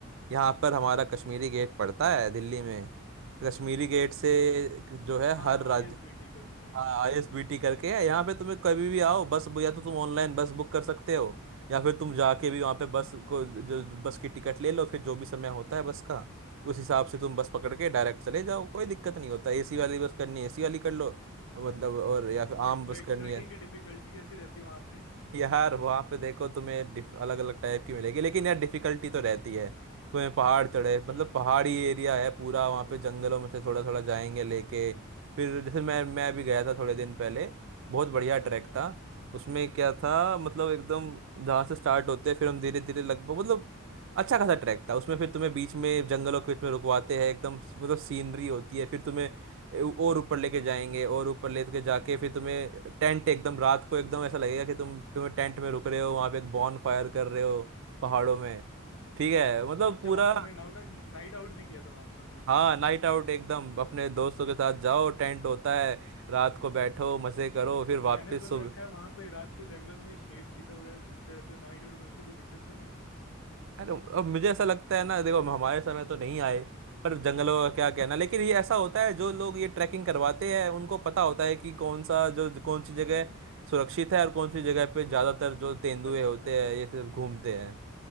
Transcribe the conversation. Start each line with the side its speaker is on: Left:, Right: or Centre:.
Right: यहाँ पर हमारा कश्मीरी गेट पड़ता है दिल्ली में तो कश्मीरी
Left: हुँ,
Right: गेट
Left: हुँ,
Right: से जो है
Left: हाँ
Right: हर
Left: हाँ
Right: राज्य
Left: आईएसबीटी Kashmir
Right: हाँ
Left: में
Right: आईएसबीटी करके है यहाँ पे तुम्हें कभी भी आओ बस या तो तुम ऑनलाइन बस बुक कर सकते हो या फिर तुम जाके भी
Left: हुँ,
Right: वहाँ पे बस को जो जो बस की टिकट ले लो फिर जो भी समय होता है बस का उस हिसाब से तुम बस पकड़ के डायरेक्ट चले जाओ कोई दिक्कत नहीं होता एसी वाली बस करनी है एसी वाली कर लो मतलब और या फिर
Left: और
Right: आम
Left: ट्रैक
Right: बस करनी
Left: ट्रैकिंग
Right: है
Left: की डिफिकल्टी कैसी रहती है वहाँ पे
Right: यार वहां पे देखो तुम्हें डिफ, अलग अलग टाइप की मिलेगी लेकिन यार डिफिकल्टी तो रहती है तुम्हें पहाड़ चढ़े मतलब
Left: हुँ,
Right: पहाड़ी एरिया है पूरा वहां पे जंगलों में से थोड़ा थोड़ा जाएंगे लेके फिर जैसे मैं मैं भी गया था थोड़े दिन पहले बहुत बढ़िया
Left: अच्छा
Right: ट्रैक था उसमें क्या था मतलब एकदम जहाँ से स्टार्ट होते हैं फिर हम धीरे धीरे लगभग मतलब अच्छा खासा ट्रैक था उसमें फिर तुम्हें बीच में जंगलों के बीच में रुकवाते हैं एकदम मतलब सीनरी होती है फिर तुम्हें ए- और ऊपर लेके जाएंगे और ऊपर लेके जाके फिर तुम्हें टेंट एकदम रात को एकदम ऐसा लगेगा कि तुम तुम्हें टेंट में रुक रहे हो वहां पे एक बॉन फायर कर रहे हो पहाड़ों में ठीक है मतलब
Left: अच्छा
Right: पूरा
Left: वहाँ तुमने नाउट नाइट आउट भी किया था वहाँ पे तुमने
Right: हाँ नाइट आउट एकदम अपने दोस्तों के साथ जाओ टेंट होता है रात को बैठो मजे करो फिर
Left: हुँ,
Right: वापस
Left: मैंने सुन
Right: सुबह
Left: रखा है वहाँ पे रात को जंगल में शेर चीता वगैरह घूमते रहते हैं नाइट आउट में उनसे कोई दिक्कत तो नहीं है
Right: अरे अब मुझे ऐसा लगता है ना देखो हमारे समय तो नहीं आए पर जंगलों का क्या
Left: <laughs>
Right: कहना लेकिन ये ऐसा होता है जो लोग ये ट्रैकिंग करवाते हैं उनको पता होता है कि कौन
Left: हाँ
Right: सा जो कौन सी जगह सुरक्षित है और कौन सी जगह पे ज्यादातर जो तेंदुए
Left: अच्छा
Right: होते
Left: अच्छा
Right: हैं ये सिर्फ घूमते हैं